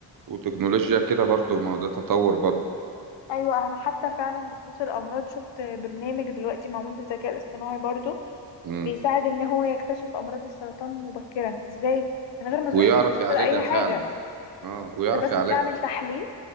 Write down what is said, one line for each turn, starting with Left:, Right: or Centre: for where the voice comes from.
Right: وتكنولوجيا كده برضو ما هو ده تطور برضو
Left: ايوه انا حتى فعلا بخصوص الامراض شفت برنامج دلوقتي معمول بالذكاء الاصطناعي برضو
Right: مم.
Left: بيساعد ان هو يكتشف امراض السرطان مبكرا ازاي من غير ما تروح
Right: ويعرف
Left: تكتب
Right: يعالجها
Left: ولا اي
Right: فعلا
Left: حاجه
Right: اه ويعرف
Left: انت بس
Right: يعالجها
Left: بتعمل تحليل